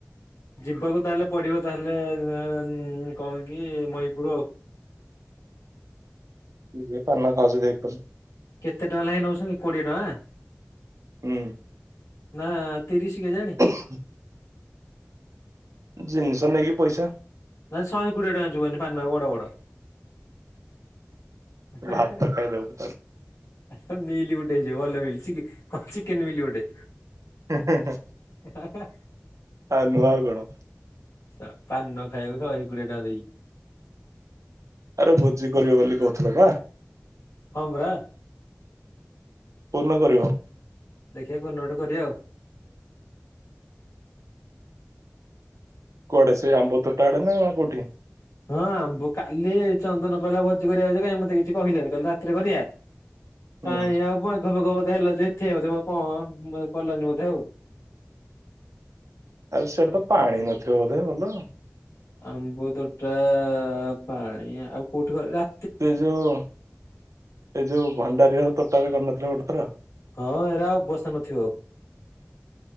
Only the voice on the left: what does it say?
ଯିବାକୁ ତାହେଲେ ପଡିବ ତାହେଲେ ଅ, କଣ କି ମହିପୁର।
କେତେ ଟଙ୍କା ଲାଖେ ନଉଛନ୍ତି କୋଡିଏ ଟଙ୍କା?
ନା ତିରିଶ କେଜାଣି?
ନା ଶହେ କୋଡିଏ ଟଙ୍କା ଯୁଅନି ପାନ ବଡ ବଡ। ହେ,
ହେ।
ହେ ମିଲି ଗୋଟେ ହେଇଯିବ, ଭଲ ମିଲ୍ ଚିକି କଣ ଚିକେନ୍ ମିଲି ଗୋଟେ।
ହ
ତ ପାନ ଖାଇବୁ ଶହେ କୋଡିଏ ଟଙ୍କା ଦେଇ।
ହଁ ପରା।
ଦେଖିବା କୋଉନ ଗୋଟ କରିବା ଆଉ।
ହଁ ଭୁ-କାଲି ଏ ଚନ୍ଦନ କହିଲା ଭୋଜି କରିବା କଥା କାଇଁ ମୋତେ କିଛି କହିଲାନି। କାଲି ରାତିରେ କରିବା?
କାଇଁ ଆଉ ମେଘ ଫେଘ ବୋଧେ ହେଲା ଯେ ଥିଆ ବୋଧେ କଣ ମାନେ କଲାନି ବୋଧେ ଆଉ।
ଆମ୍ବ ତୋଟା ପାଣି ଆଉ କୋଉଠି କ- ରା
ହଁ ଏରା ଆଉ ବସି ନଥିବ ଆଉ।